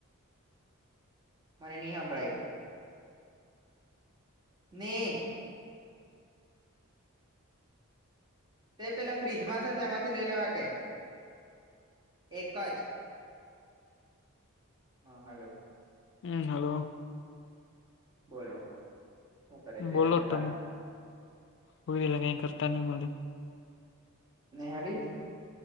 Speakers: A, on the right; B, on the left.
A: મને નહી સાંભળાય ને. તે પેલા ફ્રીજમાં છે તેમાંથી લઈ લેવા કે. એક જ હા હલો.
B: હમ હલો.
A: બોલો. શું કરે ઘેરે
B: બોલો
A: બધા
B: તમે હોલા કઈ કરતા નહી મલે
A: નેહાળી